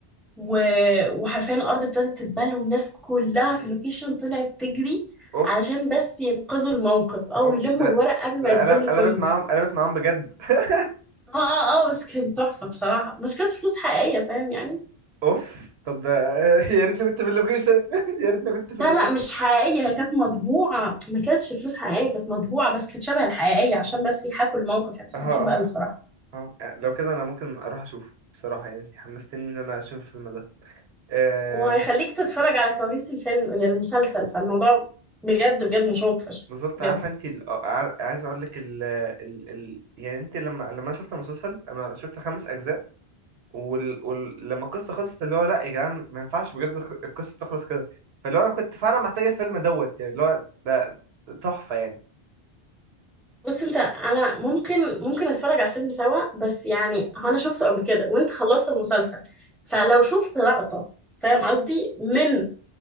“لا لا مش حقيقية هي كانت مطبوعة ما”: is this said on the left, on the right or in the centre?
Centre